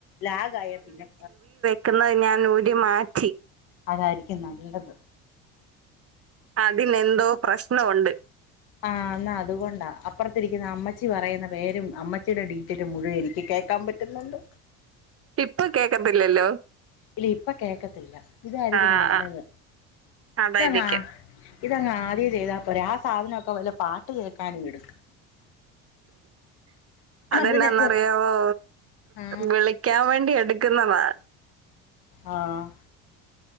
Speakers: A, on the left; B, on the right.
A: ലാഗായ പിന്നെ
B: ക്ക്ന്നെ ഞാൻ ഊരി മാറ്റി
A: അതായിരിക്കും നല്ലത്
B: അതിനെന്തോ പ്രശ്നവുണ്ട്
A: ആഹ് ന്നാ അതുകൊണ്ട അപ്പർത്തിരിക്കിന്നഅമ്മച്ചി പറയുന്ന പേരും അമ്മച്ചിടെ ഡീറ്റെലു മുഴുവൻ എനിക്ക് കേക്കാം പറ്റു റ്റുന്നുണ്ട്
B: ഇപ്പ കേക്കത്തില്ലല്ലോ
A: ഇല്ലി ഇപ്പ കേക്കത്തില്ല ഇതായിരിക്കും
B: ആ
A: നല്ലത്
B: ആ, അതായിരിക്കും
A: തങ്ങാ ഇതങ്ങാദ്യേ ചെയ്താ പോരെ ആ സാധനൊക്കെ വല്ല പാട്ട് കേക്കാനു ഇട്
B: അതെന്നാന്നറിയാവോ
A: അതിനൊക്കെ ആ
B: വിളി ക്കം വേണ്ടി എട്ക്ക്ന്നതാ
A: ആഹ്